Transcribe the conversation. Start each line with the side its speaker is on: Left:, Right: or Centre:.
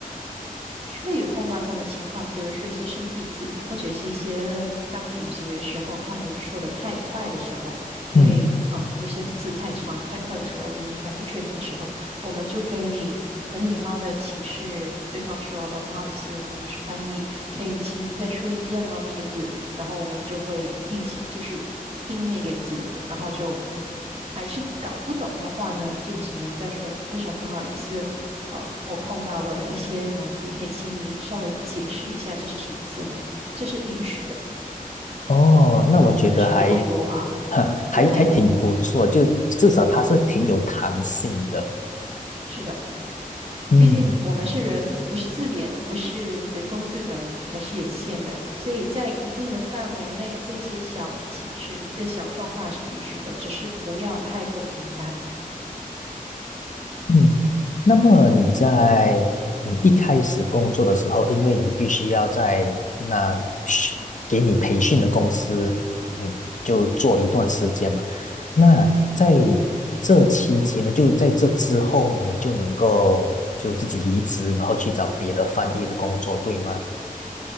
Right: 会有碰到这样的情况，比如说一些生僻字，或者是一些当有些时候他们说的太快的时候，因为嗯有些字太长太快的时候，
Left: 嗯
Right: 您还不确定的时候，我们就可以很礼貌的请示对方说，呃不好意思，我们是翻译，可以请您再说一遍吗？那个字，然后我们就会听清，就是听那个字，然后就还是搞不懂的话呢，就只能再说非常不好意思。呃，我碰到了一些难题，可以请您稍微解释一下这是什么字吗？这是允许的，
Left: 哦，那我觉得还
Right: 但是别太多啊，
Left: <laughs> 还还挺不错，
Right: 别太多。
Left: 就至少它是挺有弹性的。
Right: 是的，
Left: 嗯
Right: 毕竟我们是人，不是字典，不是人工智能，还是有限的。所以在一定的范围内，这些小请示、这小状况还是允许的，只是不要太过频繁。
Left: 嗯，那么你在嗯一开始工作的时候，因为你必须要在那训给你培训的公司，嗯，就做一段时间嘛。那在
Right: 嗯。
Left: 这期间呢，就在这之后呢，你就能够就自己离职，然后去找别的翻译的工作，对吗？